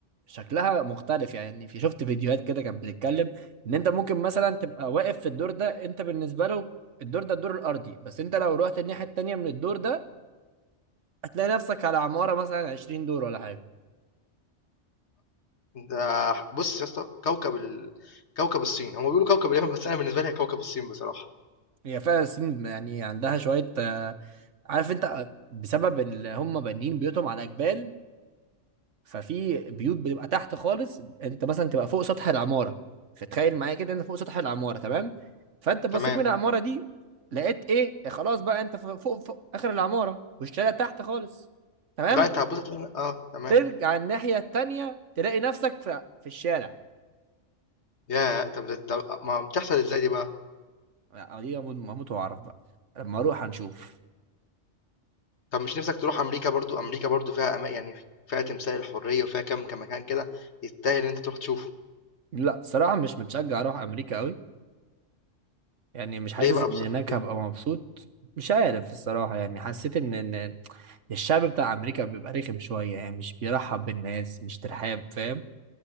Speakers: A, on the right (about 75°); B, on the left (about 65°).
A: شكلها مختلف يعني في شفت فيديوهات كده كانت بتتكلم ان انت ممكن مثلا تبقى واقف في الدور ده انت بالنسبة له الدور ده الدور الارضي بس انت لو رحت الناحية التانية من الدور ده هتلاقي نفسك على عمارة مثلا 20 دور ولا حاجة
B: ده بص يا اسطى كوكب ال... كوكب الصين هم بيقولوا كوكب اليمن بس انا بالنسبه لي هي كوكب الصين بصراحه
A: هي فعلا الصين يعني عندها شوية آه، عارف انت آه، بسبب اللي هم بانيين بيوتهم على جبال ففي بيوت بتبقى تحت خالص انت مثلا تبقى فوق سطح العماره فتخيل معايا كده انت فوق سطح العماره تمام فانت بصيت
B: تمام
A: من العماره دي لقيت ايه خلاص بقى انت فوق, فوق اخر العماره والشارع تحت خالص تمام
B: لا انت هتبص تلاقي اه تمام
A: ترجع الناحيه التانيه تلاقي نفسك في, في الشارع
B: يا طب ده, ده ما بتحصل ازاي دي بقى
A: لا، دي هموت هموت واعرف بقى لما اروح هنشوف
B: طب مش نفسك تروح امريكا برضو امريكا برضو فيها أما... يعني فيها تمثال الحريه وفيها كم كم مكان كده يستاهل ان انت تروح تشوفه
A: لا صراحه مش متشجع اروح امريكا قوي يعني مش حاسس
B: ليه بقى
A: ان
B: بص...
A: هناك
B: ليه
A: هبقى مبسوط مش عارف الصراحة يعني حسيت ان ان الشعب بتاع امريكا بيبقى رخم شوية يعني مش بيرحب بالناس مش ترحاب فاهم